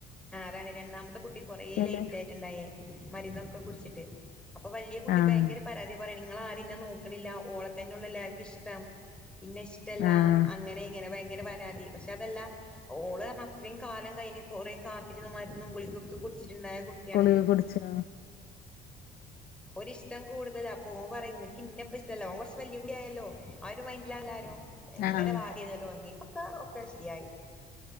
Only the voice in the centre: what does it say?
ആ അതാണ് രണ്ടാമത്തെ കുട്ടി കൊറ
ലേറ്റ് ആയിട്ടുണ്ടായേ മരുന്നൊെ ക്കെ കുറിച്ചിട്ട് അപ്പൊ വലിയ കുട്ടി
ഭയങ്കര പരാതി പറയ നിങ്ങൾ ആരന്നെ നോക്കണില്ല ഓളെ തന്നെയുള്ള എല്ലാർക്കും ഇഷ്ടം ഇന്നെ ഇഷ്ടമല്ല
അങ്ങനെ ഇങ്ങനെ ഭയങ്കര പരാതി പക്ഷെ അതല്ല ഓള് അത്രയും കാലം കയ് കൊറെ കാത്തിരുന്ന മരുന്നികക്കെ കു ടിച്ചിണ്ടായ കുട്ടിയാണ്
ഒരിഷ്ടം കൂടുതല അപ്പ ഓൻ പറ ഇക്ക് ഇന്നപ്പ ഇഷ്ടല്ല ഓൻ കുറച്ച് വലിയ കൂടിയയല്ലോ ആ ഒരു മൈൻഡിലല്ലരോ ഭയങ്കര
വാശി ചെയന്നിട്ട് വി ക്ക ഒക്കെ ശരിയായി